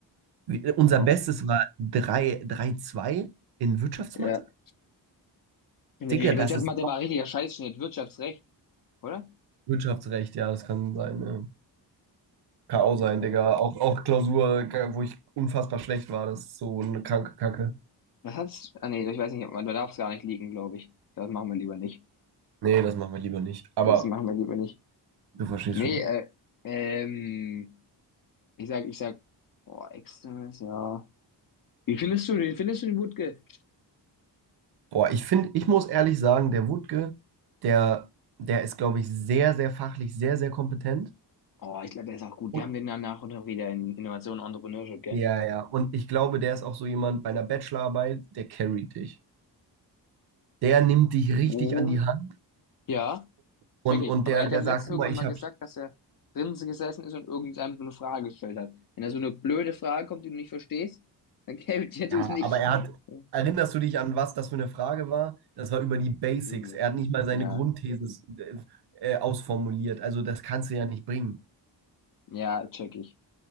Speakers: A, on the right; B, on the left.
A: Wie- Unser
B: Ja.
A: Bestes war 3, 3,2 in Wirtschaftsmathe.
B: Ja. Nee,
A: Digga, das
B: Wirtschaftsmathe
A: ist
B: war richtiger Scheißschnitt. Wirtschaftsrecht, oder?
A: Wirtschaftsrecht, ja, das kann sein, ja. Kann auch
B: Ja,
A: sein,
B: ja.
A: Digga. Auch, auch Klausur, wo ich unfassbar schlecht war, das ist so eine kranke Kacke.
B: Was hat's? Ah, nee, ich weiß nicht, ob man da darf es gar nicht liegen, glaube ich. Das machen wir lieber nicht.
A: Nee, das machen wir lieber nicht. Aber
B: Das machen wir lieber nicht.
A: du verstehst
B: Nee,
A: schon.
B: äh, ähm, ich sag, ich sag, oh, externes, ja. Wie findest du den? Wie findest du den Wutke?
A: Boah, ich finde, ich muss ehrlich sagen, der Wutke, der, der ist, glaube ich, sehr, sehr fachlich, sehr, sehr kompetent.
B: Oh, ich glaube, der ist auch gut.
A: Und,
B: Wir haben den danach auch noch wieder in Innovation und Entrepreneurship, gell?
A: ja, ja. Und ich glaube, der ist auch so jemand bei einer Bachelorarbeit, der carryt dich. Der nimmt dich richtig
B: Oh.
A: an die Hand
B: Ja,
A: und,
B: check ich.
A: und
B: Aber
A: der,
B: er hat
A: der
B: ja letztens
A: sagt, guck
B: irgendwann
A: mal, ich
B: mal gesagt,
A: habe
B: dass er drinnen gesessen ist und irgendeinem so eine Frage gestellt hat. Wenn da so eine blöde Frage kommt, die du nicht verstehst, dann kämpft er dich
A: Ja,
B: nicht.
A: aber er hat,
B: Ja.
A: erinnerst du dich an was das für eine Frage war? Das war über die Basics.
B: Irgendwas.
A: Er hat nicht mal
B: Ja,
A: seine Grundthese äh, äh, ausformuliert. Also das kannst du ja nicht bringen.
B: ja, check ich.